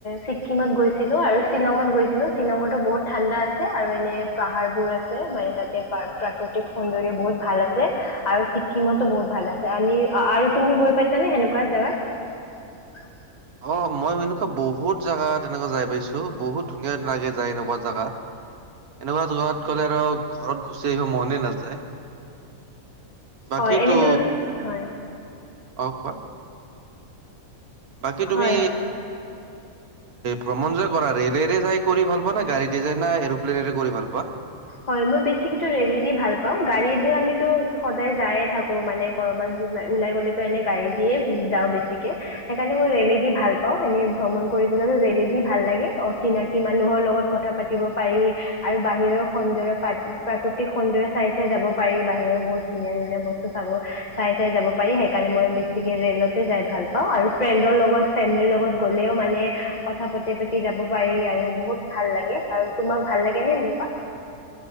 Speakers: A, on the left; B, on the right.
A: ছিকিমত গৈছিলো আৰু শ্বিলঙত গৈছিলো শ্বিলঙতো বহুত ঠাণ্ডা আছে আৰু এনে পাহাৰবোৰ আছে মানে তাতে প্ৰাকৃতিক সৌন্দৰ্য্য বহুত ভাল আছে আৰু ছিকিমতো বহুত ভাল আছে আনি আৰু তুমি গৈ পাইছানে সেনেকুৱা জাগাত।
B: অ মই এনেকুৱা বহুত জাগাত এনেকুৱা যাই পাইছো বহুত ধুনীয়া লাগে যায় এনেকুৱা জাগাত এনেকুৱা জাগাত গলে আৰু ঘৰত গুচি আহিব মনে নাযায়। বাকীটো
A: হয় এনেতো হয়
B: অ কোৱা। বাকী তুমি।
A: হয়
B: ভ্ৰমণ যে কৰা ৰেলেৰে যাই কৰি ভাল পোৱা ন গাড়ীতে যাই না এৰপ্লেনেৰে কৰি ভাল পোৱা।
A: হয় মই বেছিকেতো ৰেলেদি ভাল পাওঁ গাড়ীদি আমিতো। সদায় যায়ে থাকো মানে কৰবাত ওলাই গলেতো এনে গাড়ী দিয়ে যাওঁ বেছিকে সেইকাৰণে মই ৰেলেদি ভাল পাওঁ এনে ভ্ৰমণ কৰিবলৈ ৰেলেদি ভাল লাগে অচিনাকি মানুহৰ লগত কথা পাতিব পাৰি আৰু বাহিৰৰ। সৌন্দ্যৰ প্ৰাকৃতিক সৌন্দৰ্য্য চাই চাই যাব পাৰি বাহিৰৰ বহুত ধুনীয়া ধুনীয়া বস্তু চাব চাই চাই যাব পাৰি সেইকাৰণে মই বেছিকে ৰেলতে যাই ভাল পাওঁ আৰু ফ্ৰেণ্ডৰ লগত ফেমিলিৰ লগত গ'লেও মানে কথা পাতি পাতি যাব পাৰি আৰু বহুত ভাল লাগে আৰু তোমাক ভাল লাগেনে সেনেকুৱা।